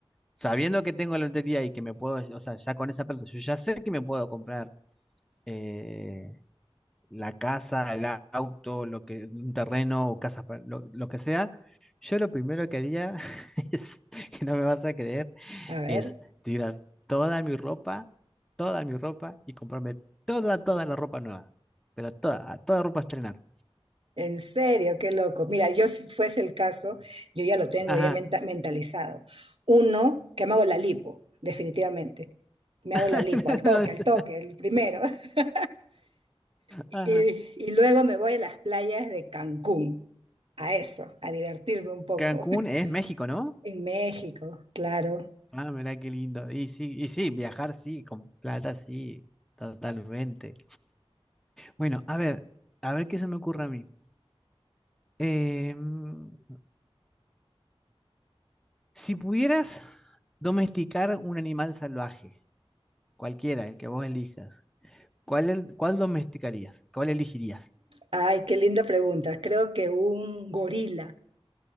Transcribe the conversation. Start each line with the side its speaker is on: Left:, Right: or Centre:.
Centre: sabiendo que tengo la lotería y que me puedo, o sea, ya con esa plata, yo ya sé que me puedo comprar eh, la casa, el au- auto, lo que, un terreno o casas, para- lo, lo que sea. Yo lo primero que haría <laughs> es, que no me vas a creer,
Right: A ver,
Centre: es tirar toda mi ropa, toda mi ropa y comprarme toda, toda la ropa nueva. Pero toda, toda ropa a estrenar.
Right: en serio, qué loco. Mira, yo si fuese el caso, yo ya lo tengo,
Centre: Ajá.
Right: ya menta- mentalizado. Uno, que me hago la lipo, definitivamente. Me
Centre: <laughs>
Right: hago la lipo, al toque,
Centre: No sé.
Right: al toque, el primero. <laughs> Y,
Centre: Ajá.
Right: y luego me voy a las playas de Cancún, a eso, a divertirme un poco.
Centre: Cancún
Right: <laughs>
Centre: es México, ¿no?
Right: En México, claro.
Centre: Ah, mirá qué lindo. Y sí, y sí, viajar sí, con plata sí, totalmente. Bueno, a ver, a ver qué se me ocurre a mí. Em, si pudieras domesticar un animal salvaje, cualquiera, el que vos elijas, ¿cuál, el- cuál domesticarías? ¿Cuál elegirías?
Right: Ay, qué linda pregunta. Creo que un gorila,